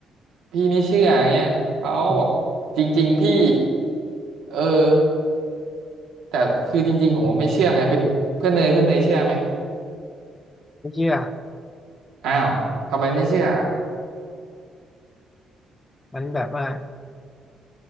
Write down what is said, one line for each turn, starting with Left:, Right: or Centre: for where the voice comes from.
Right: พี่ไม่เชื่ออย่างเงี้ยเขาก็บอกจริงๆพี่
Left: อืม
Right: เออแต่คือจริงๆผมก็ไม่เชื่อไงเป็นเพื่อนเนยเพื่อนเนยเชื่อไหม
Left: ไม่เชื่อ
Right: อ้าวทำไมไม่เชื่อ
Left: มันแบบว่า